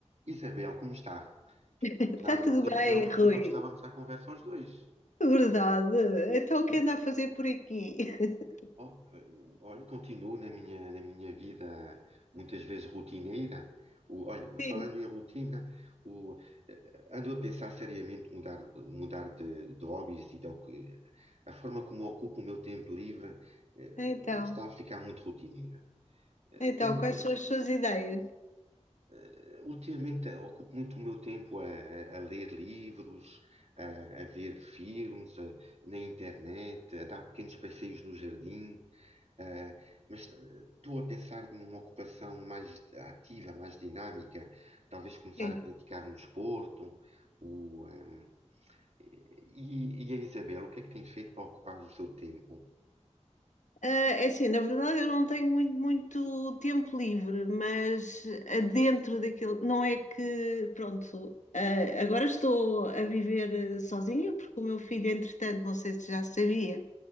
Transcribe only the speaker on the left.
<laughs> Está
tudo
bem,
Rui?
Verdade. Então, o que anda a fazer por aqui? <laughs>
Sim,
então.
Então,
quais são as suas ideias?
Sim.
Ah, é assim, na verdade eu não tenho muito, muito tempo livre, mas ah, dentro daquilo, não é que, pronto, ah, agora estou a viver ah, sozinha, porque o meu filho, entretanto, não sei se já sabia,